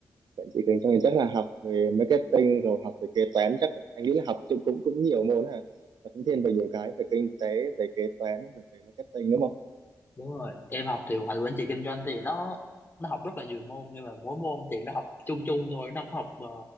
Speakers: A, on the right (about 75°); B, on the left (about 30°).
A: quản trị kinh doanh thì chắc là học về marketing rồi học về kế toán chắc anh nghĩ là học cũng cũng, nhiều môn hả và cũng thêm về nhiều cái về kinh tế về kế toán về marketing đúng không
B: đúng rồi em học thì hoạch quản trị kinh doanh thì nó nó học rất là nhiều môn nhưng mà mỗi môn thì nó học chung chung thôi nó không học mà